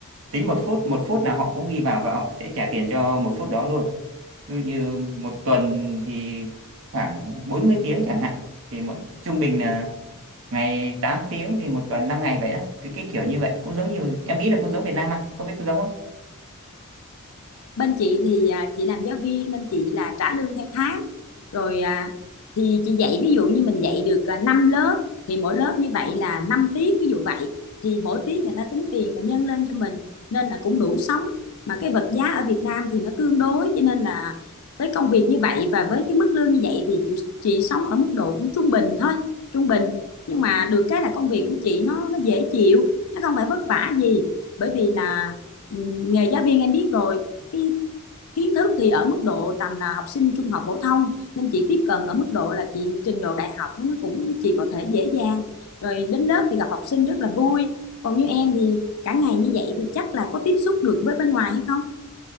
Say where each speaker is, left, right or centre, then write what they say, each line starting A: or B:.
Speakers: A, on the right; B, on the left.
A: tính một phút một phút là họ cũng ghi vào và họ sẽ trả tiền cho một phút đó luôn ví dụ như một tuần thì khoảng 40 tiếng chẳng hạn thì mỗi trung bình là ngày tám tiếng thì một tuần 5 ngày vậy đó thì cái kiểu như vậy cũng giống như em nghĩ là cũng giống Việt Nam à có biết cũng giống không
B: bên chị thì à, chị làm giáo viên nên chị là trả lương theo tháng rồi à, thì chị dạy ví dụ như mình dạy được à, 5 lớp thì mỗi lớp như vậy là 5 tiết ví dụ vậy thì mỗi tiết người ta tính tiền và nhân lên cho mình nên là cũng đủ sống mà cái vật giá ở Việt Nam thì nó tương đối cho nên là với công việc như vậy và với cái mức lương như vậy thì chị chị sống ở mức độ cũng trung bình thôi trung bình nhưng mà được cái là công việc của chị nó nó dễ chịu nó không phải vất vả gì bởi vì là ừ, nghề giáo viên em biết rồi cái kiến thức thì ở mức độ tầm là học sinh trung học phổ thông nên chị tiếp cận ở mức độ là chị trình độ đại học nó cũng chị có thể dễ dàng rồi đến lớp thì gặp học sinh rất là vui còn như em thì cả ngày như vậy thì chắc là có tiếp xúc được với bên ngoài hay không